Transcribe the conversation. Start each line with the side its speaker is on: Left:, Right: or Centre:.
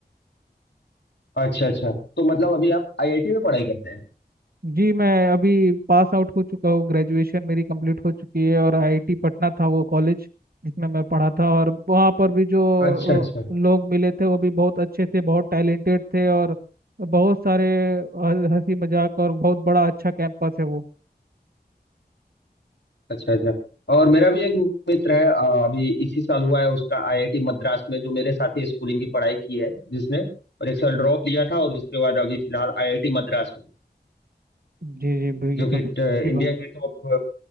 Left: अच्छा अच्छा तो मतलब अभी आप आईआईटी में पढ़ाई करते हैं
Right: जी मैं अभी पास आउट हो चुका हूँ ग्रेजुएशन मेरी कंप्लीट हो चुकी है और आईआईटी पटना था वो कॉलेज जिसमें मैं पढ़ा था और वहाँ पर भी जो
Left: अच्छा अच्छा
Right: अ, लोग मिले थे वो भी बहुत अच्छे थे बहुत टैलेंटेड थे और बहुत सारे ह- हंसी मजाक और बहुत बड़ा अच्छा कैंपस है वो
Left: अच्छा अच्छा और मेरा भी एक मित्र है अ, अभी इसी साल हुआ है उसका आईआईटी मद्रास में जो मेरे साथ ही स्कूलिंग की पढ़ाई की है जिसने और एक साल ड्रॉप लिया था और उसके बाद अभी फिलहाल आईआईटी मद्रास में
Right: जी जी बिल्कुल,
Left: जो
Right: ये तो
Left: कि ट-
Right: अच्छी
Left: इंडिया
Right: बात
Left: के टॉप